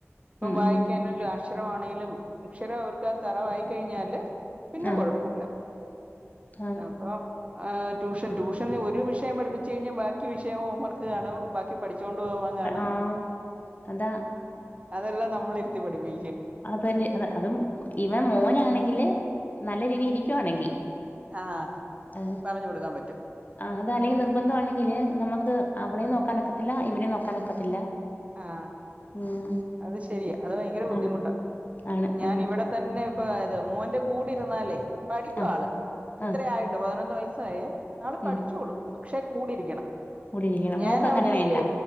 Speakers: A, on the right; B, on the left.
A: ഇപ്പം
B: ഉം
A: വായിക്കാനുലു
B: ഉം
A: അക്ഷരമാണെലും അക്ഷരം അവർക്ക് തറവായിക്കഴിഞ്ഞാല് പിന്നെകൊഴപ്പല്ല
B: ആഹ് കാണും
A: അപ്പൊ ആ ട്യൂഷൻ ട്യൂഷന് ഒരു വിഷയം പഠിപ്പിച്ച് കഴിഞ്ഞാ ബാക്കി വിഷയം ഹോംവർക്ക് കാണും ബാക്കി പഠി ച്ചോണ്ടോവാൻ കാണൂ
B: ആഹ് അതാ
A: അതെല്ലം നമ്മളിരുത്തി പഠിപ്പി
B: അതന്നെ അത അത് ഇവൻ മോനാണെങ്കില് നല്ല രീതി ഇരിക്ക്യണെങ്കി
A: ആ
B: ആ
A: പറഞ്ഞ് കൊടുക്കാൻ പറ്റും
B: ആ അല്ലെങ്കിൽ നിർ നിർബന്ധമാണെങ്കില് നമുക്ക് അവളേയും നോക്കാനൊക്കത്തില്ല ഇവനേം നോക്കാനൊക്കത്തില്ല.
A: ആ
B: ഉം
A: അത് ശരിയാ അത് ഭയങ്കര ബുദ്ധിമുട്ടാ
B: ആണ് ആണ്
A: ഞാനിവടെത്തന്നെപ്പൊ
B: ഉം
A: ഇത് മോന്റെ കൂടി ര്ന്നാൽ പഠിക്കും
B: ആഹ്
A: ആള് ഇത്രേ
B: ആഹ്
A: ആയിട്ടോ പതിനൊന്ന് വയസ്സായേ ആള്
B: ഉം
A: പഠിച്ചോളും. പക്ഷെ കൂടിരിക്കണം
B: കൂടിയിരിക്കണം
A: ഞാനവിടെയെ
B: മോക്ക് അങ്ങനെ വേണ്ട